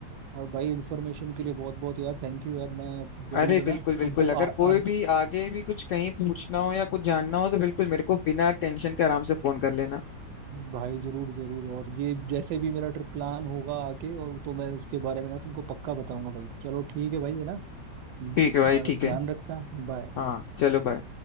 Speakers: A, on the right; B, on the left.
A: और भाई इन्फॉर्मेशन के लिए बहुत बहुत यार थैंक यू यार मैं जरूर
B: अरे
A: है ना
B: बिल्कुल बिल्कुल
A: तुमको
B: अगर
A: आ, आ,
B: कोई भी आगे भी कुछ कहीं पूछना हो या कुछ जानना हो तो बिल्कुल मेरे को बिना टेंशन के आराम से फोन कर लेना
A: भाई जरूर जरूर और ये जैसे भी मेरा ट्रिप प्लान होगा आगे और तो मैं उसके बारे में ना तुमको पक्का बताऊंगा भाई चलो ठीक है भाई है ना हम्म,
B: ठीक है भाई ठीक
A: अ, ध्यान
B: है
A: रखना बाय
B: हाँ चलो बाय